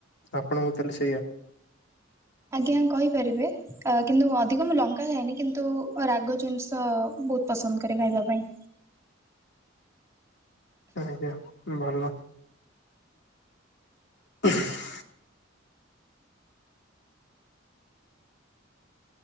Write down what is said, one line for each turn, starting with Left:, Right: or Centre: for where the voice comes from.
Left: ଆପଣଙ୍କୁ ତାହେଲେ ସେଇଆ।
Right: ଆଜ୍ଞା କହିପାରିବେ। ଅ କିନ୍ତୁ ଅଧିକ ମୁଁ ଲଙ୍କା ଖାଏନି। କିନ୍ତୁ, ରାଗ ଜିନିଷ ବହୁତ ପସନ୍ଦ କରେ ଖାଇବା ପାଇଁ।
Left: ଆଜ୍ଞା ଭଲ। <inaudible>
Right: <inaudible>